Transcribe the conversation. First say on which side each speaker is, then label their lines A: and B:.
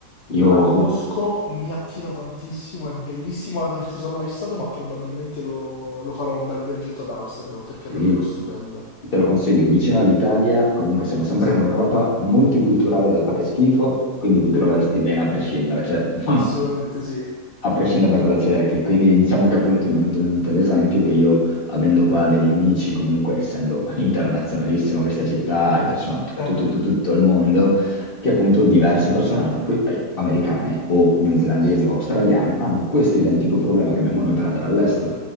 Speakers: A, on the left (about 35°); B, on the left (about 55°).
A: io...
B: La conosco, mi attira tantissimo, è bellissima, non ci sono mai stato, ma probabilmente lo, lo farò un bel viaggetto ad Amsterdam perché
A: Sì,
B: è davvero stupenda.
A: te lo consiglio, vicino all'Italia, comunque siamo sempre
B: Sì?
A: in Europa, multiculturale da fare schifo, quindi ti troveresti
B: Sì?
A: bene a prescindere, cioè <laughs>
B: Assolutamente sì.
A: a prescindere da cosa cerchi. Quindi diciamo che appunto mi è venuto in mente l'esempio che io, avendo qua degli amici, comunque essendo <laughs> internazionalissimo questa città, hai persone da tutto,
B: Ah,
A: tutto, tutto il mondo, che appunto diverse persone hanno, qui, eh, americane o newzelandesi
B: Sì?
A: o australiane, hanno questo identico problema che abbiamo noi per andare all'estero.